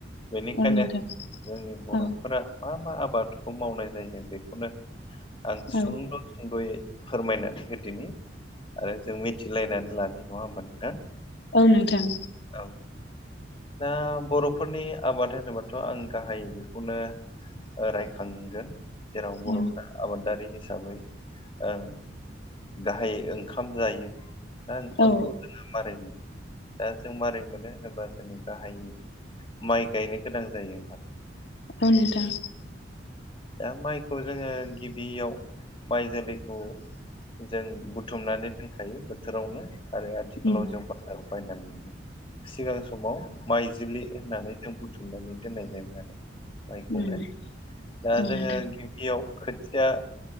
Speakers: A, on the left; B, on the left.
A: बेनिखायनो
B: औ नोंथां
A: जोंनि बर'फोरा
B: औ
A: मा मा आबादखौ मावनाय जायो बेखौनो आं
B: औ
A: सुंद' सुंद'यै फोरमायनानै होदिनि। आरो जों मिथिलायनानै लानि। नङा होमबा नोंथां?
B: औ नोंथां।
A: औ, दा बर'फोरनि आबाद होनोबाथ' आं गाहायै बेखौनो रायखांगोन जेराव बर'फ्रा
B: औ
A: आबादारि हिसाबै ओं गाहाय ओंखाम जायो। दा ओंखामखौ
B: औ
A: जोङो मारै मोनो? दा जों मारै मोनो होनोबा जोङो गाहायै माइ गायनो गोनां जायो होबा।
B: औ नोंथां।
A: दा माइखौ जोङो गिबियाव माइ जोलैखौ जों बुथुमनानै दोनखायो बोथोरावनो। आरो आथिखालाव
B: उम
A: जों बाजाराव बायनानै मोनो। सिगां समाव माइजुलि होननानै जों बुथुमनानै दोननाय जायोमोन आरो माइखौनो।
B: उम
A: दा
B: औ नोंथां
A: जोङो गि बियाव खोथिया